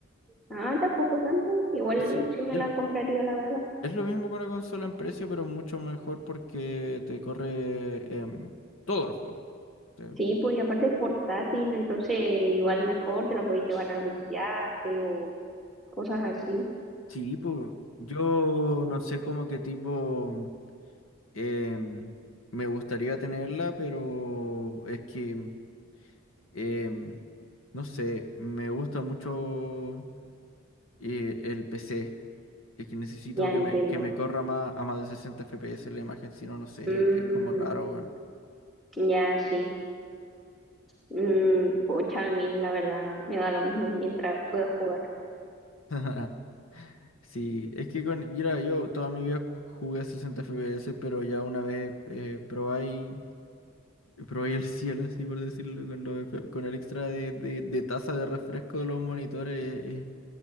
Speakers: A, in the centre; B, on the left.
A: Ah, tampoco tanto. Igual
B: Sí,
A: sí me
B: el-
A: la compraría, la verdad.
B: es lo mismo que una consola en precio, pero mucho mejor porque te corre em, todos los juegos. Te-
A: Sí, pues y aparte es portátil, entonces igual mejor te la puedes llevar a algún viaje o cosas así.
B: Sí, pues yo no sé cómo qué tipo em, me gustaría tenerla, pero es que em, no sé, me gusta mucho eh, el PC. Es que necesito
A: Ya
B: que
A: entiendo.
B: me, que me corra más a más de 60 FPS la imagen, si no, no sé,
A: Mm,
B: es como raro, weón.
A: ya sí. Mm, pocha, a mí la verdad me da lo mismo mientras puedo jugar.
B: <laughs> Sí, es que con, mira, yo toda mi vida jugué a 60 FPS, pero ya una vez eh, probé, probé el cielo, así por decirlo, con, los F- con el extra de, de, de tasa de refresco de los monitores, eh,